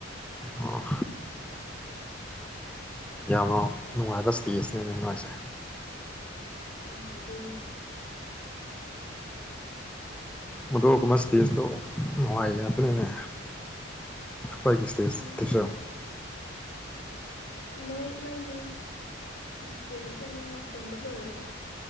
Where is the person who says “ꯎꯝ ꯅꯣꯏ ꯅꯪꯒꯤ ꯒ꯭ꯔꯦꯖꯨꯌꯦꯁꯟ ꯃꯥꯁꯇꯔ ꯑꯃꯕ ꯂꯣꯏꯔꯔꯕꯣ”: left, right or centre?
Left